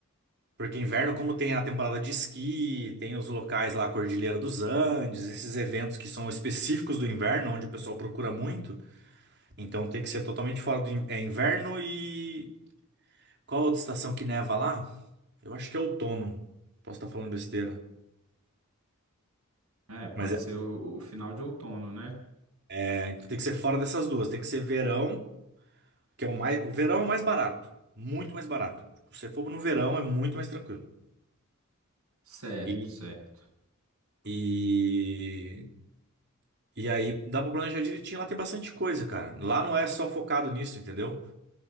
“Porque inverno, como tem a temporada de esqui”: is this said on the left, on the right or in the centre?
Right